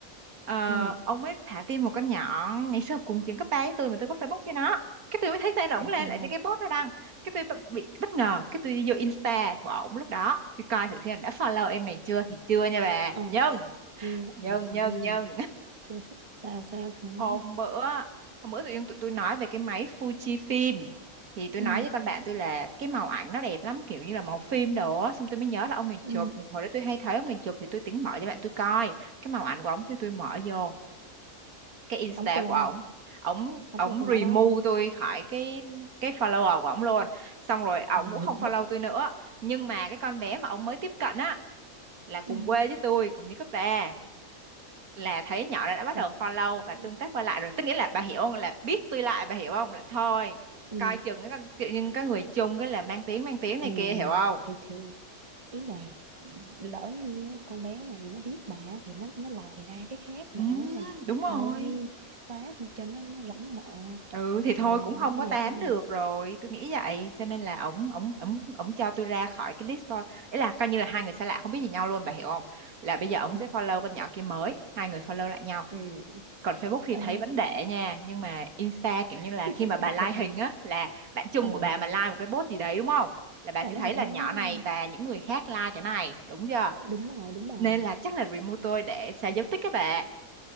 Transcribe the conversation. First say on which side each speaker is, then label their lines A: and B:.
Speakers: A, on the right (about 80°); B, on the right (about 25°).
A: ờ,
B: Ừ,
A: ông ấy thả tim một con nhỏ ngày xưa cùng trường cấp ba với tôi mà tôi có Facebook cho nó cái tôi mới thấy tên ổng
B: trời
A: lên
B: trời,
A: lại trên cái post nó đăng cái tôi bất- bị bất ngờ cái tôi đi vô Insta của ổng lúc đó tôi coi thử xem đã follow em này chưa thì chưa nha bà
B: ờ,
A: nhưng
B: chưa,
A: nhân
B: rồi,
A: nhân nhân
B: chưa, sao sao sao?
A: hôm bữa hôm bữa tự nhiên tụi tôi nói về cái máy Fujifilm thì tôi
B: Ừ,
A: nói với con bạn tôi là cái màu ảnh nó đẹp lắm kiểu như là màu phim đồ á xong tôi mới nhớ là ông này
B: ừ,
A: chụp hồi đó tôi hay thấy ông này chụp thì tôi tính mở cho bạn tôi coi cái màu ảnh của ông thì tôi mở vô cái Insta
B: đóng follow,
A: của ổng ổng
B: đóng
A: ổng
B: follow con nhỏ
A: remove
B: đó,
A: tôi khỏi cái cái follower của ổng luôn xong rồi ổng
B: trời
A: cũng không
B: <laughs>
A: follow
B: đất,
A: tôi nữa nhưng mà cái con bé mà ổng mới tiếp cận á là cùng
B: ừ,
A: quê với tôi cùng với cấp ba là thấy nhỏ đó đã bắt
B: là,
A: đầu follow và
B: ừ,
A: tương tác qua lại rồi tức nghĩa là bà hiểu không là biết tôi lại bà hiểu không là thôi
B: ừ,
A: coi chừng cái con- kiểu như cái người chung cái là mang tiếng mang tiếng
B: ừ,
A: này kia hiểu không
B: thì thì ý là lỡ như á, con bé này nó biết bà thì nó nó lòi ra cái khác nữa
A: ừ
B: nên là
A: đúng rồi
B: thôi xóa đi cho nó, nó rảnh nợ
A: ừ thì thôi
B: Trời
A: cũng không
B: ơi,
A: có
B: đẹp
A: tán
B: tên này.
A: được rồi tôi nghĩ vậy cho nên là ổng ổng ổng ổng cho tôi ra khỏi cái list follow ấy là coi như là hai người xa lạ không biết gì nhau luôn bà hiểu không là bây giờ ổng
B: Ủa,
A: sẽ follow con nhỏ kia mới hai người follow lại nhau
B: ừ.
A: còn Facebook thì
B: Ê.
A: thấy vẫn để nha nhưng mà Insta kiểu
B: <laughs>
A: như là khi mà bà like hình á là bạn chung
B: Ồ,
A: của bà mà like một cái post gì đấy đúng không là bà
B: là
A: sẽ
B: nó
A: thấy
B: hiện
A: là nhỏ
B: lên đúng không?
A: này và những người khác like cái này đúng chưa
B: Đúng rồi, đúng rồi.
A: nên là chắc là remove tôi để xóa dấu tích các bạn